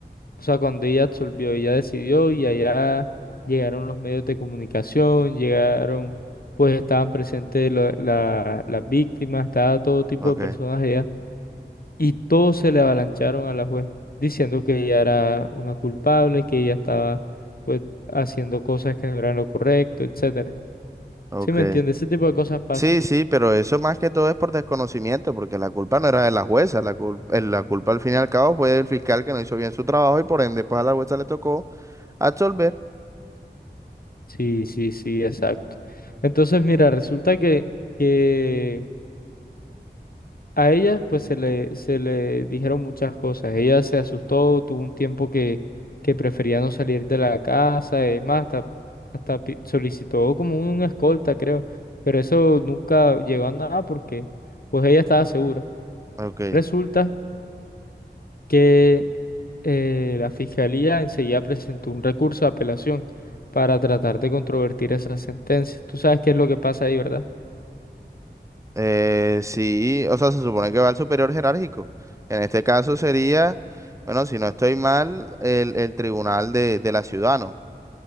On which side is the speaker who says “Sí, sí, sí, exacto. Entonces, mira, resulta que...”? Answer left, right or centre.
Left